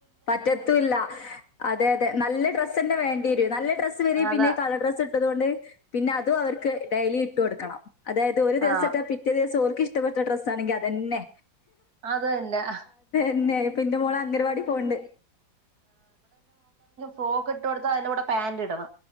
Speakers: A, on the left; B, on the right.
A: പറ്റത്തൂല്ല. ഹ്. അതെ. അതെ. നല്ല ഡ്രസ്സ്ന്നെ. വേണ്ടിരും. നല്ല ഡ്രസ്സ് വരെ
B: അതാ
A: പിന്നെയു.. കളർ ഡ്രസ്സ് ട്ടത്ഒണ്ട്. പിന്നെ അതു അവർക്ക് ഡെയിലി ഇട്ട് ടുക്കണം. അതായത് ഒരു ദിവസത്തെ
B: ആ
A: പിറ്റേ ദിവസ ഓല്ക്ക് ഇഷ്ടപ്പെട്ട ഡ്രസ്സ് ആണെങ്കി. അതന്നെ
B: അത്. എന്നെ. ഹ
A: പിന്നെ പിന്റെ മോള അംഗനവാടി പോണ്ട്
B: പോക്ക്. ഇട്ട്ടുത്താ അയിന്റെൂടെ പേന്റ് ഇടണം